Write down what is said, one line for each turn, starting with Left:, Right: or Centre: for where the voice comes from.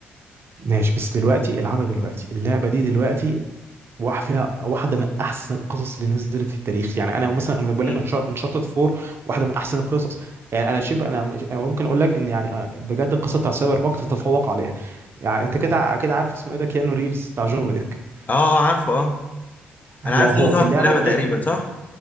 Right: ماشي بس دلوقتي العبها دلوقتي اللعبه دي دلوقتي واحد فيها واحده من احسن القصص اللي نزلت في التاريخ يعني انا مثلا انا بقول
Left: امم
Right: لك انشارتد 4 واحده من احسن القصص يعني انا شبه انا مش- أنا ممكن اقول لك ان يعني آه، بجد القصه بتاع سايبر بانك تتفوق عليها يعني انت كده كده عارف اسمه ايه ده كيانو ريفز بتاع جون ويك
Left: اه اه عارفه اه
Right: ما
Left: انا عارف
Right: هو هو
Left: ان هو ظهر
Right: في اللعبه
Left: في اللعبة
Right: وغير
Left: تقريبا صح